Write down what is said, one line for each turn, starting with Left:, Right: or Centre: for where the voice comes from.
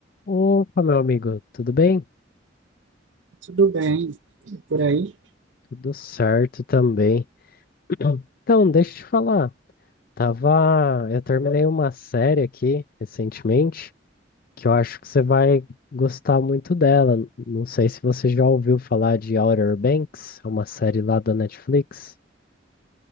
Left: Opa, meu amigo, tudo bem?
Right: Tudo bem. Por aí?
Left: Tudo certo também. <clears throat> Então, deixa eu te falar. Tava, eu terminei uma série aqui recentemente que eu acho que você vai gostar muito dela. Não sei se você já ouviu falar de Outer Banks, é uma série lá da Netflix.